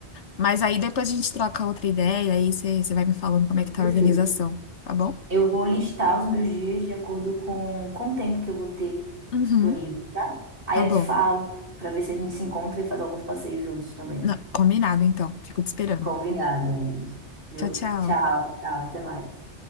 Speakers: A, on the left; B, on the right.
A: Mas aí depois a gente troca outra ideia, aí você você vai me falando como é que tá
B: Perfeito.
A: a organização, tá bom?
B: Eu vou listar os meus dias de acordo com, com o tempo que eu vou ter
A: Uhum,
B: disponível, tá? Aí
A: tá
B: eu
A: bom.
B: te falo, pra ver se a gente se encontra e faz alguns passeios juntos também.
A: Não, combinado então. Fico te esperando.
B: Combinado, Aloysio. Viu?
A: Tchau, tchau.
B: Tchau, tchau, até mais.